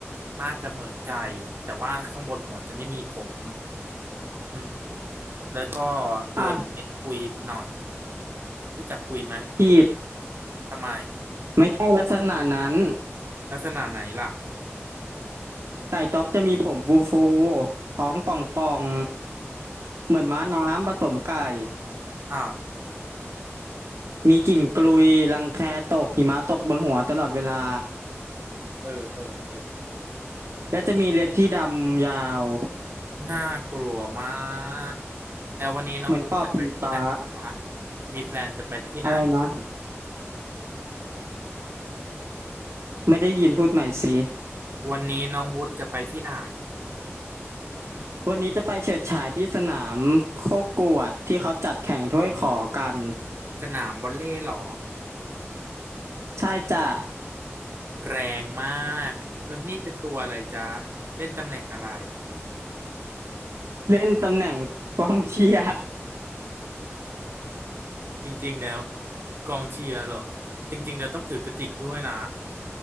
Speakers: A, on the right; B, on the right.
A: น่าจะเหมือนไก่แต่ว่าข้างบนหัวจะไม่มีผมอืมแล้วก็ตัวจะเป็นกุยปหน่อย
B: อ่ะ
A: รู้จักกุยไหม
B: ผิด
A: ทำไม
B: ไม่ใช่ลักษณะนั้น
A: ลักษณะไหนล่ะ
B: ไก่ต๊อกจะมีผมฟูๆท้องป่อง เหมือนม้าน้ำผสมไก่
A: อ้าวจิ
B: มีกลิ่นกลุยรังแคตกหิมะตกบนหัวตลอดเวลา
A: เออเออเออ
B: และจะมีเล็บที่ดำยาว
A: น่ากลัวมากแล้ววันนี้น้องวูดจะไปที่ไหนนะ
B: เหมือนปอบผีฟ้า
A: มีแพลนจะไปที่ไหน
B: อะไรนะไม่ได้ยินพูดใหม่สิ
A: วันนี้น้องวูดจะไปที่ไหน
B: วันนี้จะไปเฉิดฉายที่สนามโคกวดที่เขาจัดแข่งถ้วยขอกัน
A: สนามบอลเล่เหรอ
B: ใช่จ้ะ
A: แรงมากแล้วนี่เป็นตัวอะไรจ๊ะเล่นตำแหน่งอะไร
B: เล่นตำแหน่งกองเชียร์
A: จริงๆแล้วกองเชียร์เหรอจริงๆแล้วต้องถือกระติกด้วยนะ